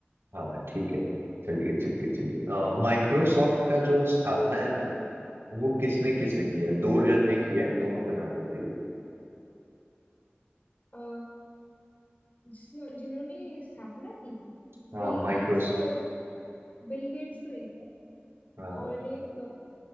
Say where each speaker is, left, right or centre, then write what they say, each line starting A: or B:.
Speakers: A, on the right; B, on the left.
A: हाँ ठीक है चलिए चलिए चलिए अ, माइक्रोसॉफ्ट का जो स्थापना है ना वो किसने किसने
B: हम्म
A: किया है दो जन ने किया है दोनों का नाम बताइए
B: अ, जिसने जिन्होंने स्थापना की थी
A: हाँ
B: बिल
A: माइक्रोस
B: गेट्स और बिल गेट्स तो एक है
A: हाँ
B: और एक